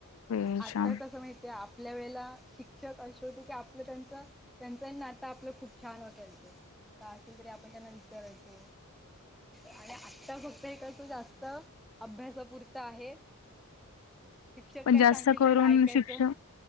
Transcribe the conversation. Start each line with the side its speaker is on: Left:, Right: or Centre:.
Left: वेळेच्या
Centre: आता कसं माहिती आहे आपल्या वेळेला शिक्षक असे होते की आपलं त्यांचं त्यांचं नातं आपलं खूप छान वाटायचं का असेल तरी आपण त्यांना विचारायचो आणि आता फक्त हेसं जास्त अभ्यासापुरत आहे शिक्षक
Left: पण
Centre: काय
Left: जास्त
Centre: सांगतील
Left: करून
Centre: तेवढं ऐकायचं.
Left: शिक्षण